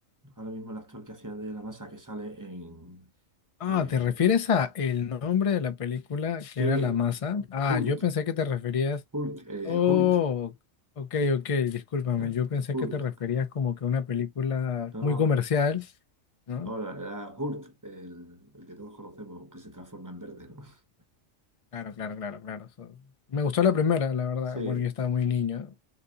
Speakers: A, on the right; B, on the left.
A: ahora mismo el actor que hacía de la masa que sale en
B: Ah,
A: eh,
B: ¿te refieres a el nombre de la película
A: sí,
B: que era La Masa? Ah,
A: Hulk,
B: yo pensé que te referías...
A: Hulk, eh,
B: Oh,
A: Hulk.
B: ok, ok, discúlpame.
A: ¿sabes?
B: Yo pensé
A: Hulk,
B: que te referías como que a una película
A: no,
B: muy
A: no.
B: comercial, ¿no?
A: No, era era Hulk, el, el que todos conocemos, que se transforma en verde, ¿no? <laughs>
B: Claro, claro, claro, claro. So- Me gustó la primera, la verdad.
A: Sí,
B: Bueno, yo estaba muy niño.